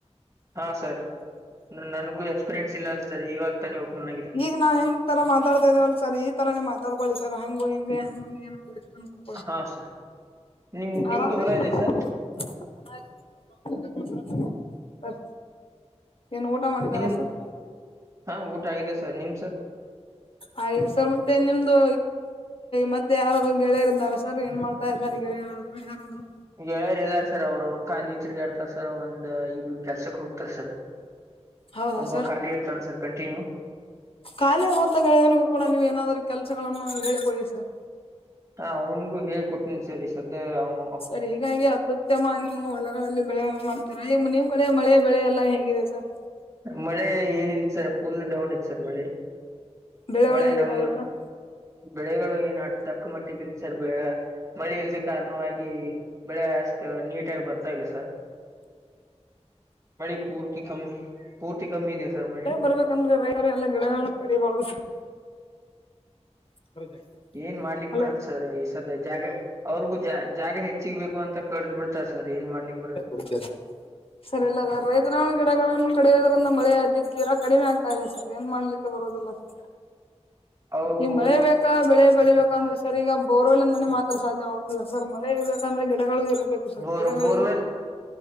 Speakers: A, on the right (about 30°); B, on the left (about 55°).
A: ಹಾ ಸರ್ ನನಗೂ ಎಕ್ಸ್ಪೀರಿಯನ್ಸ್ ಇಲ್ಲ ಅಲ್ಲ ಸರ್ ಇವಾಗ ತಾನೇ ಓಪನ್ ಆಗಿದೆ
B: ಈಗ ನಾ ಹೆಂಗ ತರ ಮಾತಾಡ್ತಾ ಇದೇವಲ್ ಸರ್ ಈ ತರ ನೀ ಮಾತಾಡ್ಕೊಳ್ಳಿ ಸರ್ ಹಂಗೂ ಹಿಂಗೆ ಹಂಗೂ ಹಿಂಗೆ <unintelligible>
A: ಹಾ ಸರ್ ನಿಮ್ ನಿಮ್ದು
B: ಆರಾಮ್ರೀ
A: ಹೊಲ ಇದೆ ಸರ್
B: <unintelligible> ಸರ್ ಏನ್ ಊಟ ಮಾಡಿದಾರಾ
A: ನಿಮ್ದು
B: ಸರ್
A: ಹಾ ಊಟ ಆಗಿದೆ ಸರ್ ನಿಮ್ದ್ ಸರ್
B: ಆಗಿದೆ ಸರ್ ಮತ್ತೆ ನಿಮ್ದು ಮತ್ತೆ ಯಾರಾದರು ಗೆಳೆಯರಿದ್ದಾರಾ ಸರ್ ಏನ್ ಮಾಡು <unintelligible> ಗೆಳೆಯರೂ ಯಾರಾದರೂ
A: ಗೆಳೆಯರ್ ಇದಾರ ಸರ್ ಅವ್ರು ಖಾಲಿ ತಿರ್ಗಾಡ್ತಾರೆ ಸರ್ ಒಂದ್ ಇಬ್ರು ಕೆಲ್ಸಕ್ ಹೋಗ್ತಾರ ಸರ್
B: ಹೌದಾ
A: ಒಬ್ಬ
B: ಸರ್
A: ಖಾಲಿ ಇರ್ತಾನ ಸರ್ ಕಂಟಿನ್ಯೂ
B: ಖಾಲಿ ಆಗುವಂತ ಗೆಳೆಯನಿಗೂ ಕೂಡ ನೀವ ಏನಾದ್ರು ಕೆಲಸಗಳನ್ನು ಹೇಳ್ಕೊಳ್ಳಿ ಸರ್
A: ಹಾ ಅವನ್ಗೂ ಹೇಳಿ ಕೊಟ್ಟೀನಿ ಸರ್ ಈ ಸದ್ಯ ಅವು
B: ಸರ್ ಹೀಗಾಗಿ ಅಪತ್ಯಮಾ ನೀವು ಹೊಲ ಅಲ್ಲಿ ಬೆಳೆ ವಿಮೆ ಮಾಡ್ತಾರ ಈಗ ನಿಮ್ ಕಡೆ ಮಳೆ ಬೆಳೆ ಎಲ್ಲಾ ಹೇಗಿದೆ ಸರ್
A: ಮಳೆ ಏನಿಲ್ಲ ಸರ್ ಫುಲ್ ಡೌನ್ ಐತ್ ಸರ್ ಮಳೆ
B: ಬೆಳೆಗಳು
A: <inaudible> ಮಳೆ
B: ಹೇಗಿದ್ದಾವೆ
A: ನಮ್ಮ್
B: ಸರ್
A: ಬೆಳೆಗಳು ಏನ್ ಅಡ್ತಕ್ಕ ಮಟ್ಟಿಗಿಲ್ ಸರ್ ಬೆಳೆ ಮಳೆ ಇಲ್ದ ಕಾರಣವಾಗಿ ಬೆಳೆ ಅಸ್ಟ್ ನೀಟಾಗಿ ಬರ್ತಾ ಇಲ್ಲ ಸರ್.
B: <inaudible>
A: <inaudible> ಮಳಿ ಪೂರ್ತಿ ಕಮ್ಮ ಪೂರ್ತಿ ಕಮ್ಮಿದೆ ಸರ್ ಮಳಿ
B: <unintelligible> ಎಲ್ಲ ಗಿಡಗಳನ್ನು ಕಡಿಯಬಾರದು ಸರ್ <unintelligible>
A: ಏನ್ ಮಾಡ್ಲಿಕ್
B: ಅಲ
A: ಬರಲ್ಲ ಸರ್ ಈ ಸದ್ದ ಜಾಗ ಅವ್ರಗೂ ಜಾ ಜಾಗ ಹೆಚ್ಚಿಗ್ಬೇಕು ಅಂತ ಕಡದ್ ಬಿಡ್ತಾರೆ ಸರ್ ಏನ್ ಮಾಡ್ಲಿಕ್ಕೆ
B: <unintelligible> ಸರ್ ಇಲ್ಲ ಸರ್ ರೈತರ ಗಿಡಗಳನ್ನು ಕಡಿಯೋದ್ರಿಂದ ಮಳೆ ಅತಿ ತೀರ ಕಡಿಮೆ ಆಗ್ತಾ ಇದೆ ಸರ್ ಏನ್ ಮಾಡ್ಲಿ ಕ್ಕೆ ಬರೋದಲ್ಲ ಸರ್.
A: ಅವರು
B: ಈಗ ಮಳೆ ಬೇಕಾ ಬೆಳೆ ಬೆಳಿಬೇಕಾ ಅನ್ನೊ ಸರ್ ಈಗ ಬೋರವೆಲ್ಲ್ನಿಂದನೆ ಮಾತ್ರ ಸಾಧ್ಯವಾಗುತ್ತದೆ ಸರ್ ಮಳೆ ಇರ್ಬೇಕಂದ್ರೆ ಗಿಡಗಳು ಇರಬೇಕು ಸರ್
A: ಬೋರ್
B: ಗಿಡಗಳಿಗೆ
A: ಬೋರ್ವೆಲ್